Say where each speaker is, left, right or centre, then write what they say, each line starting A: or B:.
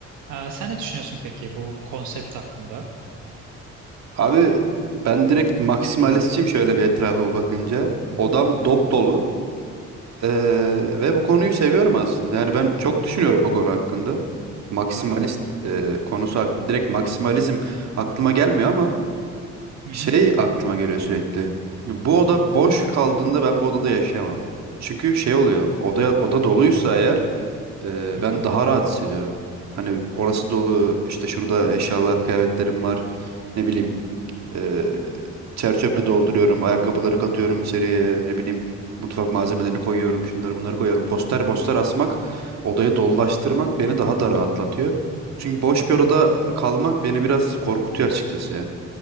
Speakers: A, on the right (about 75°); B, on the right (about 60°).
A: Ee, sen ne düşünüyorsun peki bu konsept hakkında?
B: Abi ben direkt maksimalistçiyim şöyle bir etrafıma bakınca. Odam
A: Hı
B: dop
A: hı.
B: dolu. Ee, ve bu konuyu seviyorum aslında. Yani ben çok düşünüyorum bu konu hakkında. Maksimalist
A: Aha.
B: e, konusu hak- direkt maksimalizm aklıma gelmiyor ama
A: Hı
B: şey
A: hı.
B: aklıma geliyor sürekli. Bu oda boş kaldığında ben bu odada yaşayamam. Çünkü şey oluyor. Oda oda doluysa eğer Ee,
A: Hı
B: ben
A: hı.
B: daha rahat hissediyorum. Hani orası dolu, işte şurada eşyalar, kıyafetlerim var. Ne bileyim, ee, çer çöple dolduruyorum, ayakkabıları katıyorum içeriye, ne bileyim. Mutfak malzemelerini koyuyorum, şunları bunları koyuyorum. Poster poster asmak, odayı dolulaştırmak beni daha da rahatlatıyor. Çünkü boş
A: Hı hı.
B: bir odada kalmak beni biraz korkutuyor açıkçası ya.